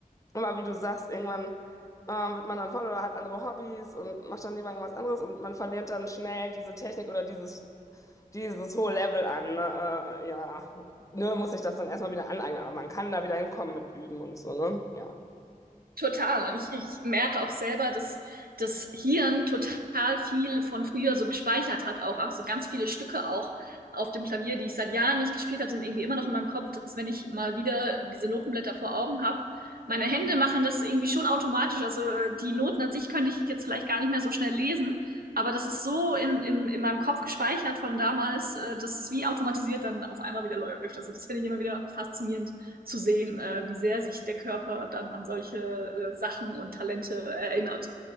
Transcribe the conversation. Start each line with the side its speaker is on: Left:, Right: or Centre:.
Left: Aber wie du sagst, irgendwann ähm, wird man dann voll oder hat andere Hobbys und macht dann lieber irgendwas anderes und man verliert dann schnell diese Technik oder dieses dieses hohe Level an. Ne? Äh, ja, nur muss ich das dann erstmal wieder aneignen. Aber man kann da wieder hinkommen mit Üben und so, ne? Ja.
Right: Total. Und ich, ich merke auch selber, dass das Hirn total viel von früher so gespeichert hat, auch also ganz viele Stücke auch auf dem Klavier, die ich seit Jahren nicht gespielt habe, sind irgendwie immer noch in meinem Kopf, dass wenn ich mal wieder diese Notenblätter vor Augen habe, meine Hände machen das irgendwie schon automatisch. Also äh, die Noten an sich könnte ich jetzt vielleicht gar nicht mehr so schnell lesen, aber das ist so in, in, in meinem Kopf gespeichert von damals, äh, dass es wie automatisiert dann auf einmal wieder läuft. Also das finde ich immer wieder faszinierend zu sehen, äh, wie sehr sich der Körper dann an solche äh, Sachen und Talente erinnert.